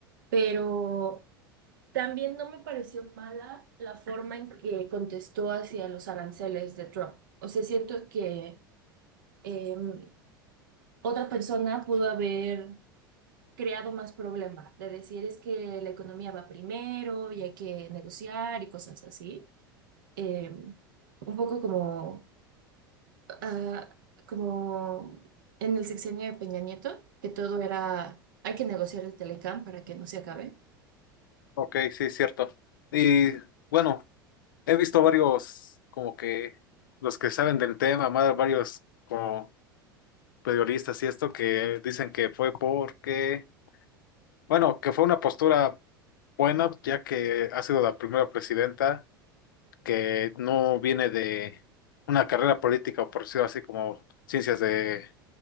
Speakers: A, on the right (about 65°); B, on the left (about 65°).
A: pero también no me pareció mala la forma en que contestó hacia los aranceles de Trump. O sea, siento que em, otra persona pudo haber creado más problema, de decir es que la economía va primero y hay que negociar y cosas así. Em, un poco como ah, como en el sexenio de Peña Nieto, que todo era, hay que negociar el Telecam para que no se acabe.
B: Ok, sí, cierto. Y bueno, he visto varios, como que los que saben del tema, más varios como periodistas y esto que dicen que fue porque, bueno, que fue una postura buena, ya que ha sido la primera presidenta que no viene de una carrera política, o por decirlo así, como ciencias de